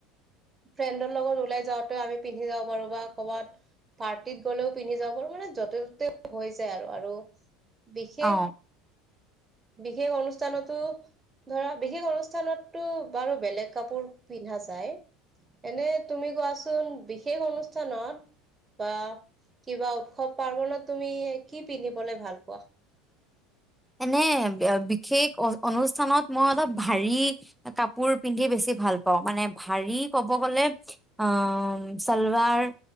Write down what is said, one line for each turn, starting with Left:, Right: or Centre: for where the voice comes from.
Right: ফ্ৰেণ্ডৰ লগত ওলাই যাওঁতেও আমি পিন্ধি যাব পাৰো বা ক'ৰবাত পাৰ্টিত গ'লেও পিন্ধি যাব পাৰো মানে য'তে ত'তে হৈ যায় আৰু বিশেষ
Centre: অ
Right: বিশেষ অনুষ্ঠানতো ধৰা বিশেষ অনুষ্ঠানতটো বাৰু বেলেগ কাপোৰ পিন্ধা যায়। এনে তুমি কোৱা চোন বিশেষ অনুষ্ঠানত বা কিবা উৎসৱ পাৰ্বনত তুমি কি পিন্ধিবলে ভাল পোৱা?
Centre: এনে বিশেষ অ অনুষ্ঠানত মই অলপ ভাৰী কাপোৰ পিন্ধি বেছি পাওঁ মানে ভাৰী ক'ব গলে অ চলবাৰ